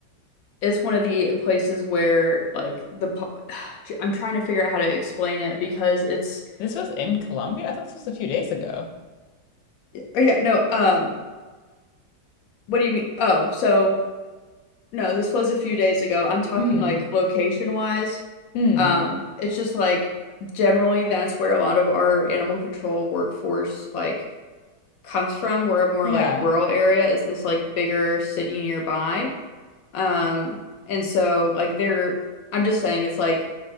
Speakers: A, on the left; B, on the left.
A: it's one of the places where like the po- <sighs> I'm trying to figure out how to explain it because it's
B: This was in Colombia. I thought this was a few days ago.
A: oh yeah, no, um what do you mean? Oh, so No, this was a few days ago. I'm talking
B: Hmm.
A: like location wise.
B: Hmm.
A: Um, it's just like generally that's where a lot of our animal control workforce like comes from. We're a more
B: Yeah.
A: like rural area is this like bigger city nearby. Um, and so like they're I'm just saying it's like